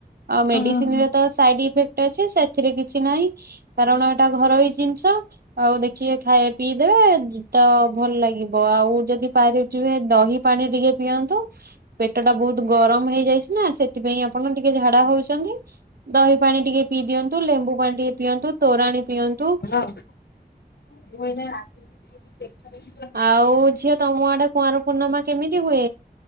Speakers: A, on the right; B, on the left.
A: ଆଉ ମେଡିସିନରେ
B: ଓହୋ।
A: ତ ସାଇଡ ଇଫେକ୍ଟ ଅଛି ସେଥିରେ କିଛି ନାହିଁ। କାରଣ ଏଇଟା ଘରୋଇ ଜିନିଷ ଆଉ ଦେଖିକେ ଖାଇ ପିଇ ଦେବେ ତ ଭଲ ଲାଗିବ। ଆଉ ଯଦି ପାରଛ ଦହି ପାଣି ଟିକେ ପିଅନ୍ତୁ। ପେଟ ଟା ବହୁତ ଗରମ ହେଇଯାଇଛି ନା ସେଥିପାଇଁ ଆପଣ ଟିକେ ଝାଡା ହଉଛନ୍ତି। ଦହି ପାଣି ଟିକେ ପିଇ ଦିଅନ୍ତୁ ଲେମ୍ବୁ ପାଣି ଟିକେ ପିଅନ୍ତୁ ତୋରାଣି ପିଅନ୍ତୁ।
B: ହଁ <unintelligible>
A: ଆଉ ଝିଅ ତମ ଆଡେ କୁଆଁର ପୂର୍ଣ୍ଣିମା କେମିତି ହୁଏ?